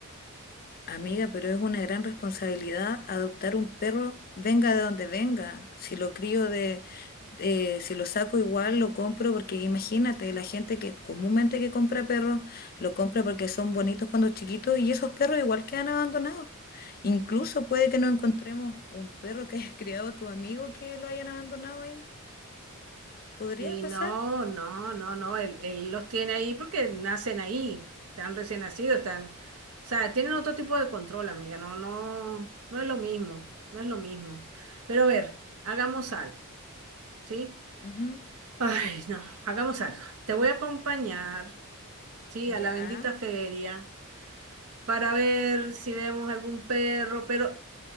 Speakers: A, on the left; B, on the right.
A: Amiga, pero es una gran responsabilidad adoptar un perro, venga de donde venga. Si lo crío de, de- si lo saco igual, lo compro porque imagínate, la gente que comúnmente que compra perros, lo compra porque son bonitos cuando chiquitos y esos perros igual quedan abandonados. Incluso puede que no encontremos un perro que <laughs> hayas criado tu amigo que lo hayan abandonado ahí. ¿Podría
B: Y
A: pasar?
B: no, no, no, no, él, él los tiene ahí porque nacen ahí, están recién nacidos, están, o sea, tienen otro tipo de control, amiga, no, no, no es lo mismo, no es lo mismo. Pero a ver, hagamos algo, ¿sí?
A: Ujú.
B: Ay, no, hagamos algo. Te voy a acompañar, ¿sí? A
A: Ya,
B: la bendita feria para ver si vemos algún perro, pero